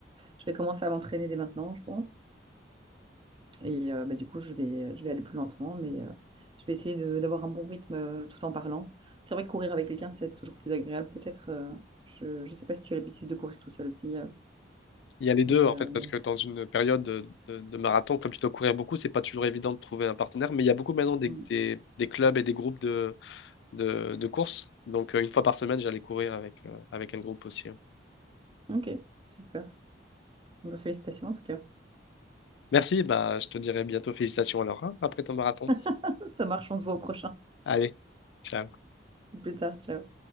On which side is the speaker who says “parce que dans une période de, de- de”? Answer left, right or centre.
Left